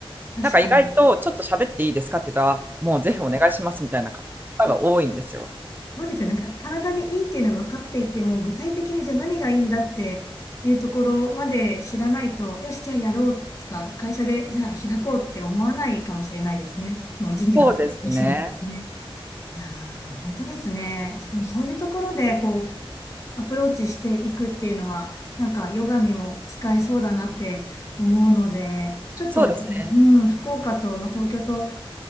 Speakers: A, on the left; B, on the right.
A: 確かに。
B: なんか意外とちょっと喋っていいですかって言ったら、もうぜひお願いしますみたいな方が多いんですよ。
A: そうですよ。なんか体にいいっていうのは分かっていても、具体的にじゃあ何がいいんだっていうところまで知らないと、よし、じゃあやろうとか、会社でじゃあ開こうって思わないかもしれないですね。その人事の方自身がですね。
B: そうですね。
A: いやー、本当ですね。あでもそういうところで、こう、アプローチしていくっていうのは、なんかヨガにも使えそうだなって思うので、ちょっと、
B: そうですね。
A: うん、福岡と、まあ、東京と